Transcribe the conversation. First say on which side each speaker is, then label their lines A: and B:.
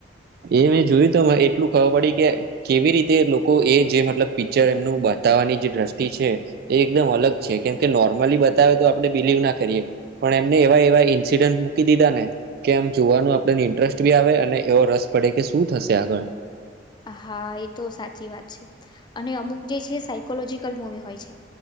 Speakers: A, on the right; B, on the left.
A: એવી જોયું તો એટલું ખબર પડી કે કેવી રીતે લોકો એ જે મતલબ પિક્ચર એમનું બતાવવાની જે દ્રષ્ટિ છે. એ એકદમ અલગ છે, કેમ કે નોર્મલી બતાવે તો આપડે બિલીવ કરીએ પણ એમને એવા એવા ઇન્સિડન્ટ મૂકી દીધા ને કે આમ જોવાનું આપડ ઇન્ટરેસ્ટ બી આવે અને એવો રસ પડે કે શું થશે આગળ
B: હા એ તો સાચી વાત છે, અને અમુક જે છે, સાયકોલોજીકલ મુવી હોય છે.